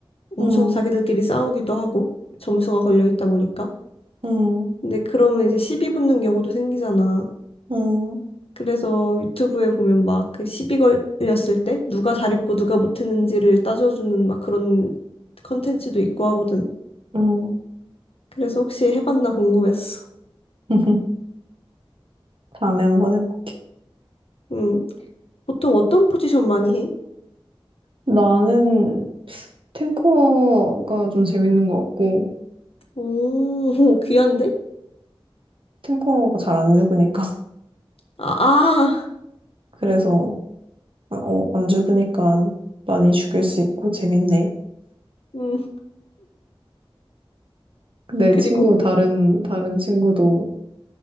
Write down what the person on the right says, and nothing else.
음,
음,
음,
음.
<laughs> 다음에 한번 해볼게.
나는 탱커가 좀 재밌는 것 같고,
탱커가 잘 안 죽으니까. <laughs>
그래서, 어, 안 죽으니까 많이 죽일 수 있고 재밌네.
내
친구, 다른, 다른 친구도